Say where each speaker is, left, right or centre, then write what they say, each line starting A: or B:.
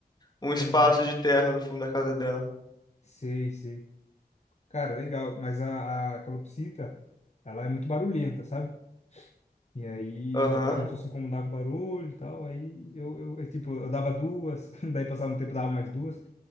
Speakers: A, on the left (about 25°); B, on the left (about 45°).
A: um espaço
B: Aham,
A: de terra no fundo da casa dela.
B: sei, sei. Cara, legal. Mas a, a calopsita, ela é muito barulhenta, sabe? E aí
A: Aham.
B: meu pai começou a se incomodar com o barulho e tal, aí eu, eu, eu, tipo, eu dava duas, <laughs> daí passava um tempo, dava mais duas.